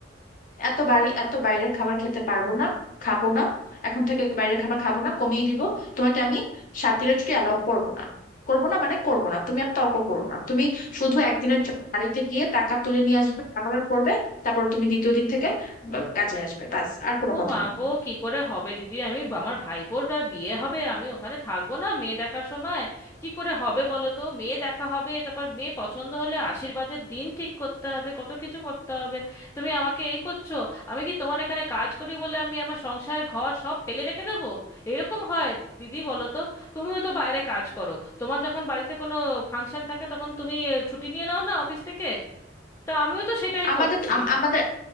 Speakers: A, on the left; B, on the left.
A: এত বাড়ি এত বাইরের খাবার খেতে পারবো না খাবো না এখন থেকে বাইরের খাবার খাবো না কমিয়ে দিব তোমাকে আমি সাত দিনের ছুটি অ্যালাউ করবো না করবো না মানে করবো না তুমি আর তর্ক করো না তুমি শুধু একদিনের জন্য বাড়িতে গিয়ে টাকা তুলে নিয়ে আসবে যা করার করবে তারপর তুমি দ্বিতীয় দিন থেকে আহ, কাজে আসবে ব্যাস আর কোনো
B: ও
A: কথা
B: মা
A: নেই
B: গো কি করে হবে দিদি আমি আমার ভাইপোর আর বিয়ে হবে আমি ওখানে থাকবো না মেয়ে দেখার সময় কি করে হবে বলো তো মেয়ে দেখা হবে তারপর মেয়ে পছন্দ হলে আশীর্বাদের দিন ঠিক করতে হবে কত কিছু করতে হবে তুমি আমাকে এই করছো আমি কি তোমার এখানে কাজ করি বলে আমি আমার সংসার ঘর সব ফেলে রেখে দেবো এরকম হয় দিদি বলো তো তুমিও তো বাইরে কাজ করো তোমার যখন বাড়িতে কোনো ফাংশন থাকে তখন তুমি ছুটি নিয়ে নাও না অফিস থেকে তা আমিও তো সেটাই
A: আমাদের
B: করছি
A: আম- আমাদের